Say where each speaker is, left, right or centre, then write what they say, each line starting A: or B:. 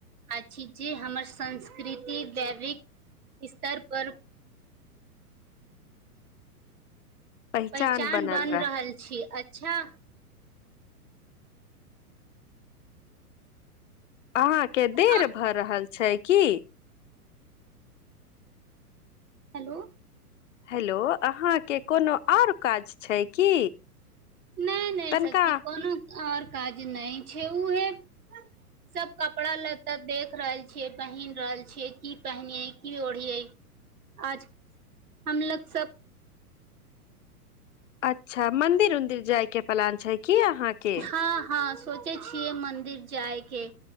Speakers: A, on the right (about 70°); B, on the left (about 50°).
A: अछि जे हमर संस्कृति जैविक स्तर पर
B: पहचान
A: पैहचान
B: बनल
A: बन रहल छी अच्छा
B: अहाँ केँ देर
A: आ
B: भऽ रहल छै की
A: हलो
B: हेलो अहाँकेँ कोनो आओर काज छै की
A: नय - नय
B: तनिका
A: सखी कोनो आओर काज नय छै उहे सब कपड़ा लता देख रहल छियै पहिनयै रहल छियै की पहिनिये की ओढ़ियै आज हमलग सब
B: अच्छा मंदिर उंदिर जाय के प्लान छै की अहाँ के
A: हँ हँ सोच छियै मंदिर जाय के